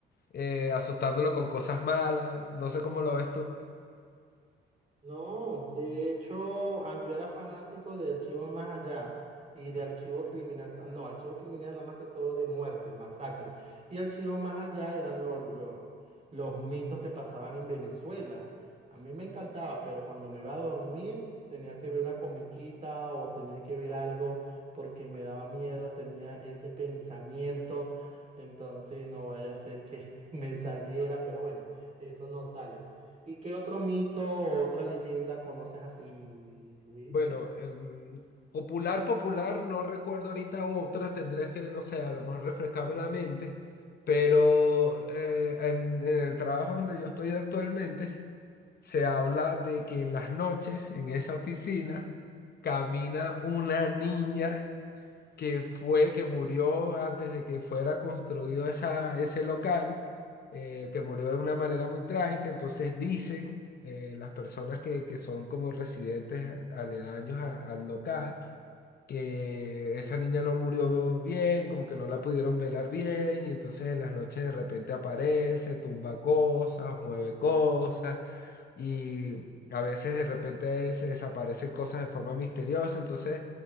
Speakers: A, on the left; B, on the right.
A: eh, asustándolos con cosas malas. No sé cómo lo ves tú.
B: No, de hecho, ah, yo era fanático de Archivo Más Allá y de Archivo Criminal. ta- No, Archivo Criminal era más que todo de muerte, masacre. Y Archivo Más Allá eran los, los, los mitos que pasaban en Venezuela. A mí me encantaba, pero cuando me iba a dormir tenía que ver una comiquita o tenía que ver algo porque me daba miedo, tenía ese pensamiento. Entonces no vaya a ser que <laughs> me saliera, pero bueno, eso no sale. ¿Y qué otro mito o otra leyenda conoces así, Luis?
A: Bueno, em, popular, popular, no recuerdo ahorita otra, tendría que, no sé, a lo mejor refrescarme la mente, pero eh, en, en el trabajo donde yo estoy actualmente, se habla de que en las noches, en esa oficina, camina una niña que fue, que murió antes de que fuera construido esa, ese local, eh, que murió de una manera muy trágica. Entonces dicen eh, las personas que, que son como residentes a- aledaños a- al local que esa niña no murió bien, como que no la pudieron velar bien, y entonces en las noches de repente aparece, tumba cosas, mueve cosas, y a veces de repente se desaparecen cosas de forma misteriosa, entonces